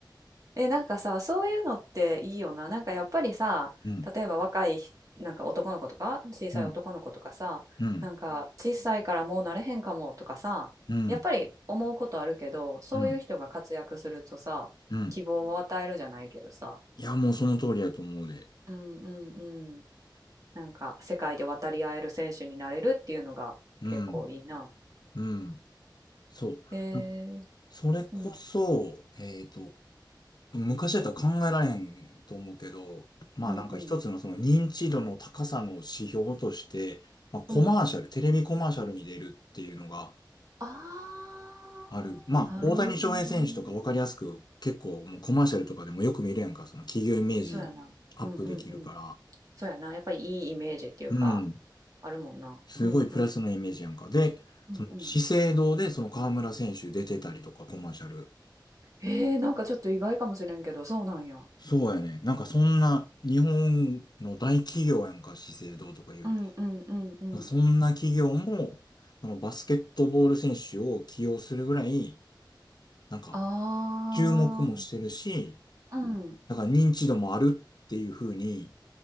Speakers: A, on the right; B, on the left.
A: え、なんかさ、そういうのっていいよな。なんかやっぱりさ、
B: うん、
A: 例えば若いひ、なんか男の子とか、小さい男の子とかさ、
B: うん、うん、
A: なんか小さいからもうなれへんかもとかさ、
B: うん、
A: やっぱり思うことあるけど、そういう人が活躍するとさ、
B: うん、うん。
A: 希望を与えるじゃないけどさ、
B: いや、もうその通りだと思うで。
A: うんうんうん。なんか世界で渡り合える選手になれるっていうのが結構いいな。
B: うん、うん。そう。
A: へ
B: あ
A: え、
B: それこそ、
A: うん、
B: えっと、昔だったら考えられんと思うけど、まあなんか一つのその認知度の高さの指標として、
A: うんうん、
B: まあコマーシャル、
A: うん。
B: テレビコマーシャルに出るっていうのが、
A: あ
B: ある。まあ、
A: ー、なるほどね。
B: 大谷翔平選手とかわかりやすく、結構もうコマーシャルとかでもよく見るやんか、その企業イメージアップできるから。
A: そうやな。うんうんうん。そうやな。やっぱりいいイメージっていうか、
B: うん。
A: あるもんな。
B: すごいプラスのイメージやんか。
A: うんうん。
B: で、
A: うんうん。
B: その資生堂でその河村選手出てたりとかコマーシャル。
A: えー、なんかちょっと意外かもしれんけど、そうなんや。
B: そうやね。なんかそんな日本の大企業やんか、資生堂とか言うと。
A: うんうんうんうん。
B: なんかそんな企業も、そのバスケットボール選手を起用するぐらい、なんか
A: あ
B: 注目もしてるし、
A: あ、うん。
B: だから認知度もあるっていう風に、